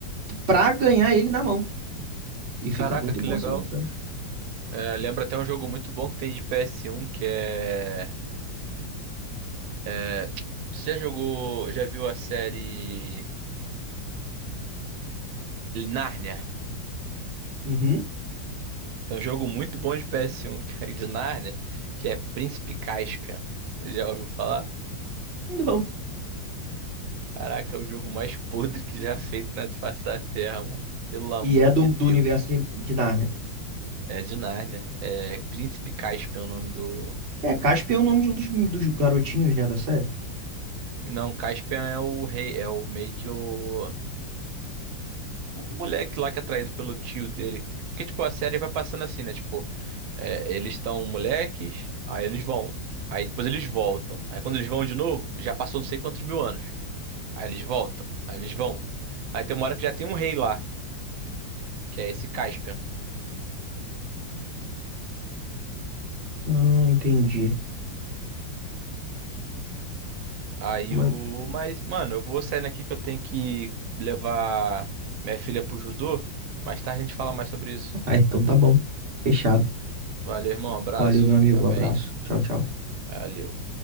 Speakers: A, on the right; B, on the right.
A: pra ganhar ele na mão. E fica
B: Caraca,
A: muito
B: que
A: bom
B: legal.
A: essa mecânica.
B: É, lembra até um jogo muito bom que tem de PS1 que é, é. Você já jogou. Já viu a série Nárnia?
A: Uhum.
B: Tem um jogo muito bom de PS1 que é <laughs> de Nárnia que é Príncipe Caspian. Já ouviu falar?
A: Não.
B: Caraca, é o jogo mais podre que já feito na face da Terra, mano. Pelo amor
A: E é do,
B: de Deus.
A: do universo de, de Nárnia.
B: É de Nárnia. É Príncipe Caspian é o nome do.
A: É, Casper é o nome de um dos, dos garotinhos, né, da série?
B: Não, Caspian é o rei, é o meio que o. Um moleque lá que é traído pelo tio dele. Porque, tipo, a série vai passando assim, né? Tipo, é, eles estão moleques, aí eles vão. Aí depois eles voltam. Aí quando eles vão de novo, já passou não sei quantos mil anos. Aí eles voltam. Aí eles vão. Aí tem uma hora que já tem um rei lá, que é esse Caspian.
A: Ah, entendi.
B: Aí
A: Mas...
B: o. Mas, mano, eu vou saindo aqui que eu tenho que levar minha filha pro judô. Mais tarde a gente fala mais sobre isso.
A: Ah, então tá bom. Fechado.
B: Valeu, irmão. Abraço.
A: Valeu, meu amigo.
B: Fica bem.
A: Abraço. Tchau, tchau.
B: Valeu.